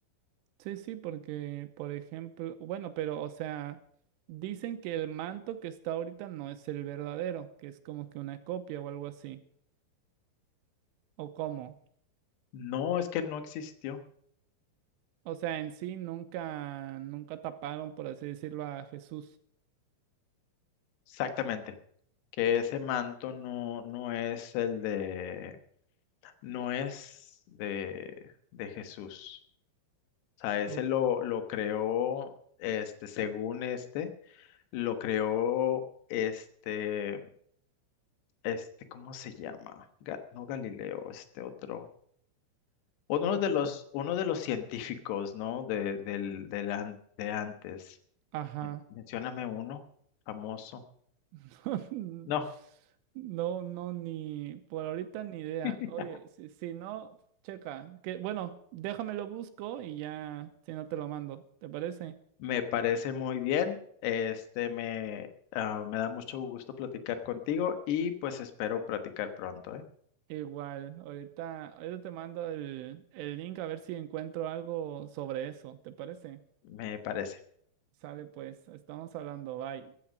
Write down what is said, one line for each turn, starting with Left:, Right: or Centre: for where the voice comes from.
Right: Sí, sí, porque, por ejemplo, bueno, pero, o sea, dicen que el manto que está ahorita no es el verdadero, que es como que una copia o algo así, o cómo.
Left: No, es que no existió.
Right: O sea, en sí nunca, nunca taparon, por así decirlo, a Jesús.
Left: Exactamente. Que ese manto no, no es el de, no es de, de Jesús. O sea, ese
Right: ¿O
Left: lo, lo creó, este, según este, Lo creó este, este, ¿cómo se llama? Ga- no Galileo, este otro. Uno
Right: cuál
Left: de
Right: tú?
Left: los, uno de los científicos, ¿no? De, del, del an- de antes.
Right: Ajá.
Left: Men- Mencióname uno famoso.
Right: <laughs>
Left: No,
Right: No, no, ni por ahorita ni idea.
Left: <laughs>
Right: Oye, si, si no, checa. Que, bueno, déjamelo busco y ya, si no te lo mando, ¿te parece?
Left: me parece muy bien. Este, me, ah, me da mucho gusto platicar contigo y pues espero platicar pronto, ¿eh?
Right: Igual, ahorita, ahorita te mando el, el link a ver si encuentro algo sobre eso, ¿te parece?
Left: Me parece.
Right: Sale pues, estamos hablando, bye.